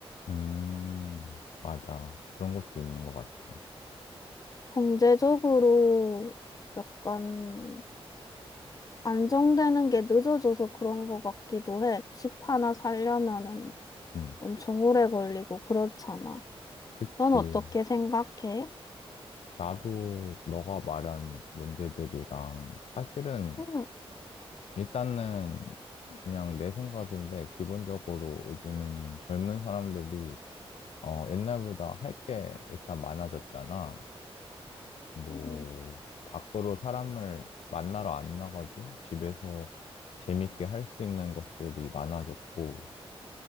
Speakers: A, on the left; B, on the left.
A: 음, 맞아. 그런 것도 있는 것 같아.
B: 경제적으로 약간 안정되는 게 늦어져서 그런 것 같기도 해. 집 하나 살려면은
A: 음,
B: 엄청 오래 걸리고 그렇잖아.
A: 그치.
B: 넌 어떻게 생각해?
A: 나도 너가 말한 문제들이랑 사실은
B: 응
A: 일단은 그냥 내 생각인데 기본적으로 요즘에는 젊은 사람들이 어 옛날보다 할 게 일단 많아졌잖아. 뭐
B: 응
A: 밖으로 사람을 만나러 안 나가도 집에서 재밌게 할 수 있는 것들이 많아졌고